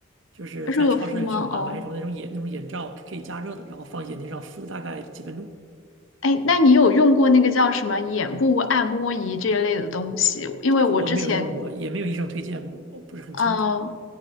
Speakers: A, on the right; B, on the left.
A: 就是在超市里去买买一种那种眼那种眼罩可以加热的，
B: 热敷吗？哦。
A: 然后放眼睛上敷大概几分钟。
B: 哎，那你有用过那个叫什么眼部按摩仪这一类的东西？因为我之前，
A: 这个我没有用过，也没有医生推荐过，我不是很清楚。
B: 呃，